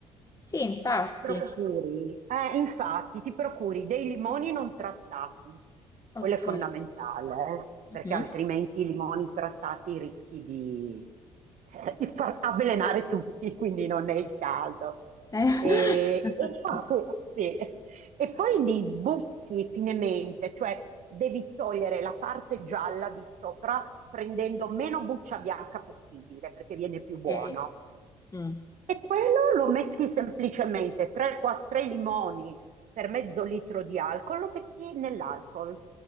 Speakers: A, on the left; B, on the right.
A: sì, infatti.
B: Ti procuri, eh, infatti, ti procuri dei limoni non trattati,
A: Ok.
B: quello è fondamentale, eh,
A: Mhm.
B: perché altrimenti i limoni trattati rischi di, eh, di far avvelenare tutti, quindi non è il caso.
A: Eh,
B: E,
A: <laughs>
B: e poi, sì, e poi li butti finemente, cioè devi togliere la parte gialla di sopra prendendo meno buccia bianca possibile, perché viene più buono.
A: Ok. Mm.
B: E quello lo metti semplicemente 3-4 limoni per mezzo litro di alcol, lo metti nell'alcol